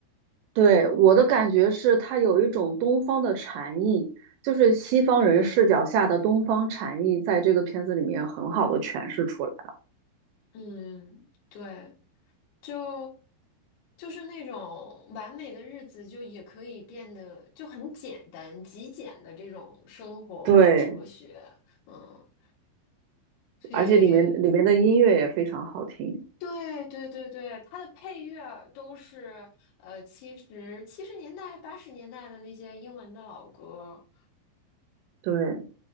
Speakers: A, on the right (about 75°); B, on the left (about 65°).
A: 对，我的感觉是，它有一种东方的禅意，就是西方人视角下的东方禅意，
B: 嗯
A: 在这个片子里面很好的诠释出来了。
B: 嗯，对。就就是那种完美的日子，就也可以变得就很简单、极简的这种生活哲学，
A: 对，
B: 嗯，所以
A: 而且里面里面的音乐也非常好听。
B: 对对对对，它的配乐都是呃七十七十年代、八十年代的那些英文的老歌，
A: 对，